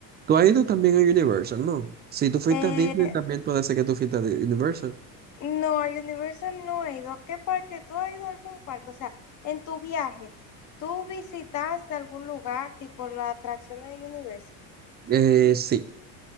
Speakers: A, on the right (about 25°); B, on the left (about 45°).
A: Tú has ido también a Universal, ¿no? Si tú fuiste
B: eh,
A: a Disney, también puede ser que tú fuiste a Di- Universal.
B: No, a Universal no he ido. ¿A qué parque? ¿Tú has ido a algún parque? O sea, en tu viaje, ¿tú visitaste algún lugar tipo las atracciones de Universal?
A: Eh, sí.